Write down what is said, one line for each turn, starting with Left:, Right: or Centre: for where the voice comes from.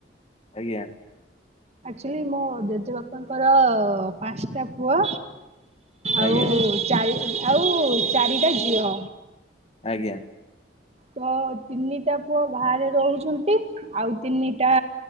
Left: ଆଜ୍ଞା।
Right: ଏଇ ମୋ ଜେଜେବାପାଙ୍କର ପାଞ୍ଚଟା ପୁଅ। ଆଉ
Left: ଆଜ୍ଞା
Right: ଚାରି ଆଉ ଚାରିଟା ଝିଅ।
Left: ଆଜ୍ଞା।
Right: ତ ତିନିଟା ପୁଅ ବାହାରେ ରହୁଚନ୍ତି। ଆଉ ତିନିଟା